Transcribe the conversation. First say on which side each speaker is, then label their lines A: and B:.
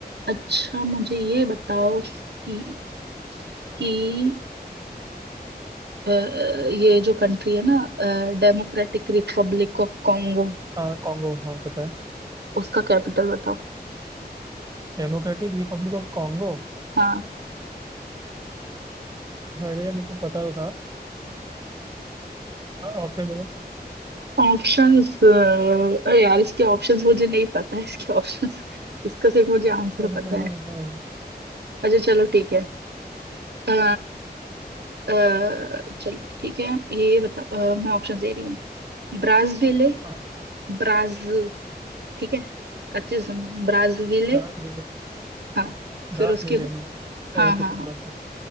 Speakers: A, on the right; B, on the right.
A: अच्छा मुझे ये बताओ कि कि अ, ये जो कंट्री है ना डेमोक्रेटिक रिपब्लिक ऑफ कॉन्गो
B: हाँ कॉन्गो हाँ पता है
A: उसका कैपिटल बताओ
B: Democratic Republic of Congo
A: हाँ
B: अरे ये मेरे को पता तो था ऑप्शन दे दो
A: ऑप्शंस अरे यार इसके ऑप्शंस मुझे नहीं पता है इसके ऑप्शंस इसका सिर्फ मुझे आंसर
B: ऐसा
A: पता
B: तो ना
A: है
B: होता है
A: अच्छा चलो ठीक है अ, चलिए ठीक है ये बताओ अ, मैं ऑप्शन दे रही हूँ ब्राजीले
B: हाँ
A: ब्राज ठीक है अच्छे से सुनना ब्राजीले
B: ग्रासविले
A: हाँ फिर
B: ग्रासविले
A: उसके
B: नो
A: हाँ
B: और तो
A: हाँ
B: कुछ बात है